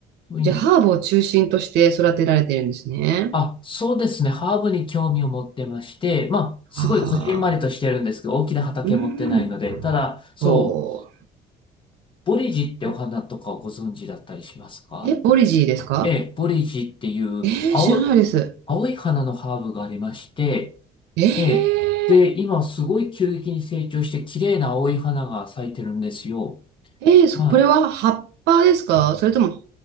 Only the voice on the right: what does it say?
じゃあ、ハーブを中心として育てられてるんですね。
ああ、
うん。
ほ
う。え、ボリジーですか
ええ、知らないです。
ええ、
ええそこれは葉っぱですかそれとも、